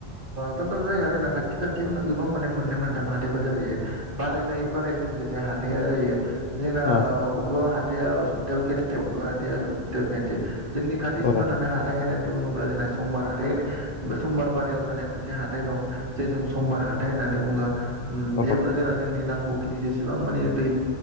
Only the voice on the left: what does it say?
औ
औ
ओहो